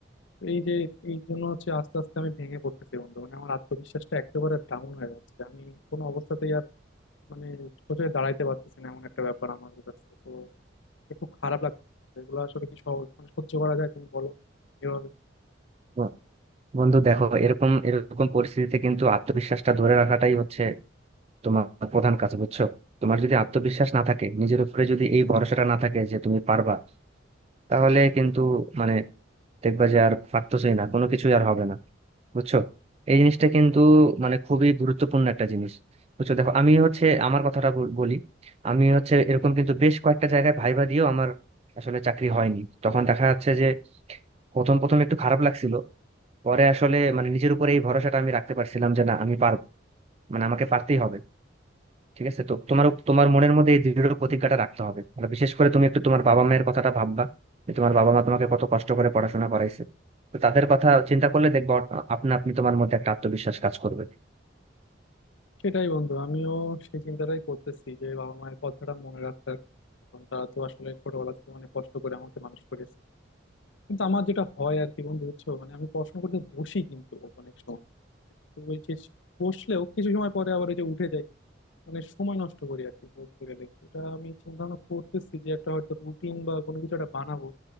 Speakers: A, on the left; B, on the right.
A: তো এই যে এই জন্য হচ্ছে আস্তে আস্তে আমি ভেঙে পড়তেছি বন্ধু মানে আমার আত্মবিশ্বাসটা একেবারে ডাউন হয়ে যাচ্ছে আমি কোনো অবস্থাতেই আর মানে সোজা দাঁড়াইতে পারতেছি না এমন একটা ব্যাপার আমার কাছে তো খুব খারাপ লাগছে এগুলো আসলে কি সহজ মানে সহ্য করা যায় তুমি বলো এভাবে
B: তো বন্ধু দেখো এরকম এরকম পরিস্থিতিতে কিন্তু আত্মবিশ্বাসটা ধরে রাখাটাই হচ্ছে তোমার প্রধান কাজ বুঝছো তোমার যদি আত্মবিশ্বাস না থাকে নিজের উপরে যদি এই ভরসাটা না থাকে যে তুমি পারবা তাহলে কিন্তু মানে দেখবা যে আর পারতেছই না কোনো কিছুই আর হবে না বুঝছো এই জিনিসটা কিন্তু মানে খুবই গুরুত্বপূর্ণ একটা জিনিস বুঝছো দেখো আমি হচ্ছে আমার কথাটা বল- বলি আমি হচ্ছে এরকম কিন্তু বেশ কয়েকটা জায়গায় ভাইবা দিয়েও আমার আসলে চাকরি হয়নি তখন দেখা যাচ্ছে যে প্রথম প্রথম একটু খারাপ লাগছিল পরে আসলে মানে নিজের উপরে এই ভরসাটা আমি রাখতে পারছিলাম যে না আমি পারবো মানে আমাকে পারতেই হবে ঠিক আছে তো তোমার তোমার মনের মধ্যে এই দৃঢ় প্রতিজ্ঞাটা রাখতে হবে আর বিশেষ করে তুমি একটু তোমার বাবা মায়ের কথাটা ভাববা যে তোমার বাবা মা তোমাকে কত কষ্ট করে পড়াশোনা করাইছে তো তাদের কথা চিন্তা করলে দেখবো আপনা আপনি তোমার মধ্যে একটা আত্মবিশ্বাস কাজ করবে
A: সেটাই বন্ধু আমিও সেই চিন্তাটাই করতেছি যে বাবা মায়ের কথাটা মনে রাখার কারণ তারা তো আসলে ছোটবেলা থেকে অনেক কষ্ট করে আমাকে মানুষ করেছে কিন্তু আমার যেটা হয় আর কি বন্ধু বুঝছো মানে আমি পড়াশোনা করতে বসি কিন্তু অনেক সময় কিন্তু ওই যে বসলেও কিছু সময় পরে আবার ওই যে উঠে যাই মানে সময় নষ্ট করি আর কি বলতে গেলে এটা আমি চিন্তা ভাবনা করতেছি যে একটা হয়তো রুটিন বা কোনো কিছু একটা বানাবো